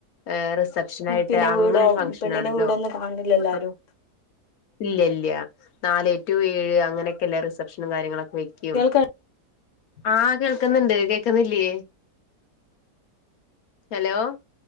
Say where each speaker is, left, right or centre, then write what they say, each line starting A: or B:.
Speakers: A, on the left; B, on the left.
A: എ റിസെപ്ഷൻ ആയിട്ട്
B: പിന്നെ
A: അങ്ങനെരു
B: വീടോ
A: ഫംഗഷൻ
B: പെണ്ണിന്റെ
A: ആണല്ലോ
B: വീടൊന്നും കാണില്ലല്ലോ
A: ആ
B: ആരും
A: ഇല്ല ഇല്ല നാല് ടു ഏഴ് അങ്ങനെയൊക്കെല്ല റിസപ്ഷനും കാര്യങ്ങളൊക്കെ വെക്കും
B: കേൾക്ക
A: ആഹ കേൾക്കുന്നുണ്ട് കേൾക്കുന്നില്ലയേ ഹലോ